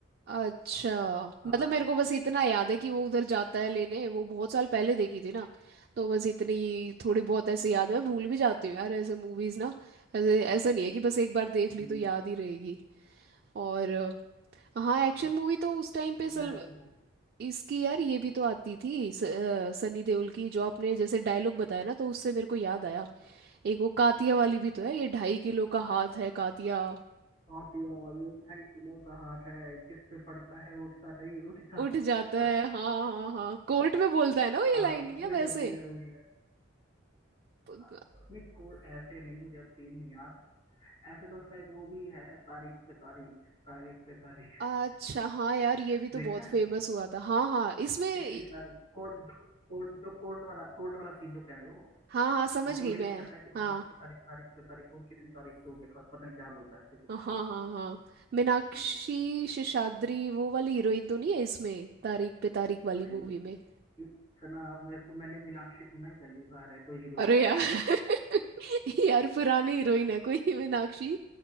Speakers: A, on the right; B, on the left.
A: अच्छा
B: हाँ
A: मतलब मेरे को बस इतना याद है कि वो उधर जाता है लेने वो बहुत साल पहले देखी थी ना तो बस इतनी थोड़ी बहुत ऐसे
B: हम्म,
A: याद है मैं भूल भी जाती हूँ यार ऐसे मूवीज ना ऐसे ऐसा नहीं है
B: हम्म,
A: कि बस एक बार देख ली
B: हम्म,
A: तो याद ही रहेगी और अ, हाँ एक्शन
B: अच्छा
A: मूवी तो उस टाइम पे सल
B: मैं तो वो
A: इसकी यार ये भी तो आती थी स, अ, सनी देओल की जो आपने जैसे डायलॉग बताया ना तो उससे मेरे को याद आया एक वो कातिया वाली भी तो है ये ढाई किलो का हाथ है कातिया
B: नॉट योर भाई किलो कहाँ का हाथ है जिस पे पड़ता है वो उठता नहीं उठ जाता
A: उठ जाता
B: है।
A: है हाँ हाँ हाँ कोर्ट में बोलता
B: <laughs>
A: है ना वो ये
B: हाँ
A: लाइन
B: तो
A: या
B: वही
A: वैसे
B: है वही है वही है
A: प-
B: हाँ, तो नहीं कोड ऐसे नहीं मुझे अब सीन नहीं याद ऐसे तो उसका एक वो भी है तारीख पे तारीख तारीख पे तारीख
A: अच्छा हाँ यार ये
B: <laughs>
A: भी तो
B: देखा
A: बहुत
B: है
A: फेमस हुआ था हाँ हाँ इसमें
B: कितनी तारीख कोर्ट जो कोर्ट जो कोर्ट वाला कोर्ट वाला सीन जो कह रहे हो
A: हाँ हाँ समझ
B: उसमें
A: गई
B: वो यही
A: मैं
B: तो कहता है कि
A: हाँ
B: तारीख पे तारीख तारीख पे तारीख और कितनी तारीख तो होगी पता नहीं क्या बोलता है ऐसे कुछ
A: हाँ
B: बोलता
A: हाँ
B: है
A: हाँ मीनाक्षी
B: हम्म,
A: शेषाद्री वो वाली हीरोइन तो नहीं है इसमें तारीख पे तारीख वाली
B: भाई
A: मूवी में
B: इतना मेरे को मैंने मीनाक्षी सुना ही पहली बार है कोई हीरोइन
A: अरे
B: की
A: यार
B: है
A: <laughs> यार पुरानी हीरोइन है कोई मीनाक्षी